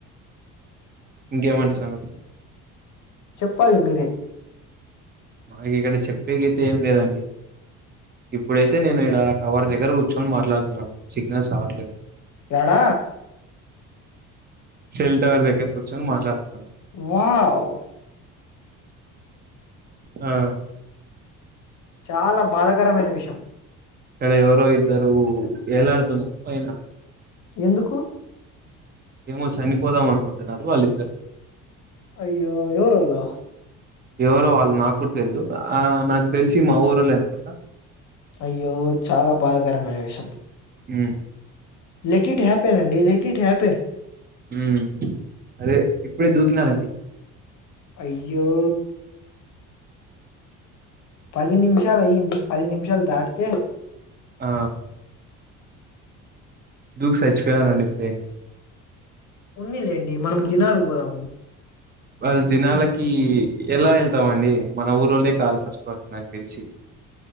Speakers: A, on the right; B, on the left.
A: ఇంకేమంన్ని సంగతు
B: చెప్పాలి మీరే
A: మనకి ఇక్కడ చెప్పే గీతే ఏం లేదండి ఇప్పుడైతే నేను ఈడ టవర్ దగ్గర కూర్చొని మాట్లాడుతు సిగ్నల్స్ రావట్లేదు
B: ఎడా
A: సెల్ టవర్ దగ్గర కూర్చొని మాట్లాడుతున్నాను.
B: వావ్
A: ఆ
B: చాలా బాధకరమైన విషయం
A: అక్కడ ఎవరో ఇద్దరు ఏలాడుతున్నారు పైన
B: ఎందుకు
A: ఏమో చనిపోదాం అనుకుంటున్నారు వాళ్ళిద్దరూ
B: అయ్యో ఎవరోల్లు
A: ఎవరో వాళ్ళు నాకు తెలిదు ఆ నాకు తెలిసి మా ఊరోళ్లే అనుకుంటా
B: అయ్యో చాలా బాధాకరమైన విషయం
A: ఉ
B: లెట్ ఇట్ హ్యాపెన్ అండి లెట్ ఇట్ హ్యాపెన్
A: మ్ అదే ఇప్పుడే దూకిినారండి
B: అయ్యో పది నిమిష్ షాలు అయ్యింది పది నిమిషాలు దాటి తా
A: ఆ దూకి సచ్చిపోయానారండి ఇప్పుడే
B: ఉన్నిలేండి మనం జినాలు పోదాము
A: వాళ్ళు దినాలకి ఎలా వెళ్తామండి మన ఊరెళ్ళే కాదు ఫస్ట్ వాళ్ళు నాకు తెలిసి